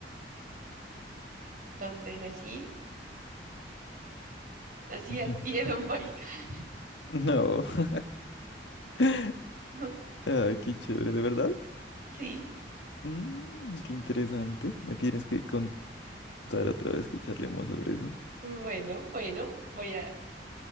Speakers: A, on the right; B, on the left.
A: ¿Dónde nací? Nací
B: <laughs>
A: al pie de un volcán.
B: No. <laughs>
A: <laughs>
B: Ay, qué chévere, ¿de verdad?
A: Sí.
B: Mm, qué interesante. Me tienes que contar otra vez que charlemos sobre eso.
A: Bueno, bueno, voy a,